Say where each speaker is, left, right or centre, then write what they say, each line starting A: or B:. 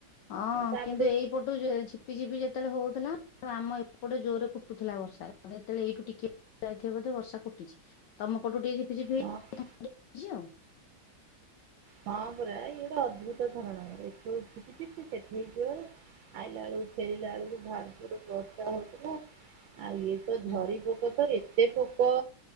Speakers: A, on the left; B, on the right.
A: ହଁ
B: ତାପରେ
A: କିନ୍ତୁ ଏଇପଟୁ ଝି ଝିପି ଝିପି ଯେତେବେଳେ ହଉଥିଲା ଆମ ଏପଟେ ଜୋର୍ ରେ କୁଟୁଥିଲା ବର୍ଷା ଯେତେବେଳେ ଏଇଠୁ ଟିକେ ଯାଇଥିବେ ବୋଧେ ବର୍ଷା କୁଟିଚି। ତମ ପଟୁ ଟିକେ ଝିପିଝିପିଇ
B: ହଁ
A: ହେଇ <inaudible> ଯାଇଛି ଆଉ।
B: ହଁ ପରା ଇଏ ଗୋଟେ ଅଭୁତ ଧରଣର ଏଠୁ ଉଠୁକି ଯିବି ସେଠିକି ଜୋରେ ଆଇଲା ବେଳକୁ ଫେରିଲା ବେଳକୁ ଭାରି ଜୋରେ ବର୍ଷା ହଉଥିଲା। ଆଉ ଇଏ ତ ଝରି
A: ହୁଁ
B: ପୋକ ତ ଏତେ ପୋକ